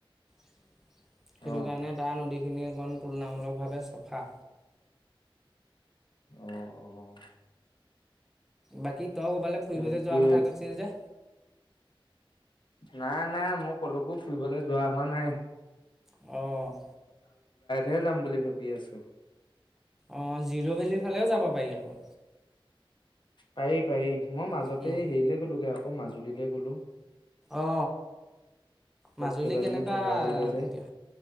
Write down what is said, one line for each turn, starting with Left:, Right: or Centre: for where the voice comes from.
Centre: সেইটো
Left: অ
Centre: কাৰণে তাৰ নদী এইখন তুলনামুলকভাৱে চফা।
Left: অ অ।
Centre: বাকী? তই ক'ৰবালে ফুৰিবলে
Left: সেইটোৱে
Centre: যোৱাৰ কথা কৈছিল যে?
Left: নাই নাই মোৰ কলকো ফুৰিবলে যোৱা হোৱা নাই।
Centre: অ',
Left: হে যাম বুলি ভাবি আছো।
Centre: অঁ জিৰ' ভেলী সফালেও যাব পাৰি আক।
Left: পৰি পাৰি। মই মাজতে
Centre: উম,
Left: হেৰিলে গ'লোগে আও আকৌ মাজুলীলে গ'লো।
Centre: অ
Left: তাত
Centre: মাজুলী
Left: কেইবাদিনো
Centre: কেনেকুৱা
Left: থকা হ'লগে যে
Centre: এতিয়া